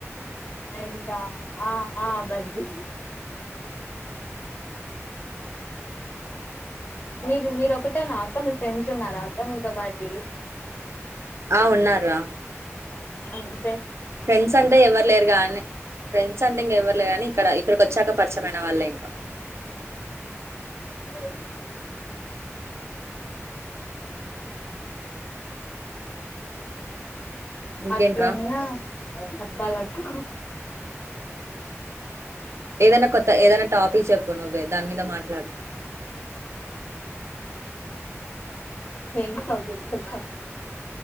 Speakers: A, on the left; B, on the right.
A: ఎంతా ఆ ఆ బజ్జి మీరు మీరు ఒకటేనా అక్క మీ ఫ్రెండ్స్ ఉన్నారు అక్క మీతో పాటి
B: ఆ ఉన్నారు రా
A: అవును
B: ఫ్రెండ్స్ అంటే ఎవ్వరు లేరు కానీ ఫ్రెండ్స్ అంటే ఇంగా ఎవరులేరు కానీ ఇక్కడ ఇక్కడికి వచ్చాక పరిచమైన వాళ్ళే ఇంకా
A: ఇంకా ఏం
B: హ <inaudible> ఇంకేంట్రా
A: అట్లున్న చెప్పాల అక్క
B: ఏదైనా కొత్త ఏదైనా టాపిక్ చెప్పు నువ్వే దాని మీద మాట్లాడదాం
A: ఏం టాపిక్ అక్క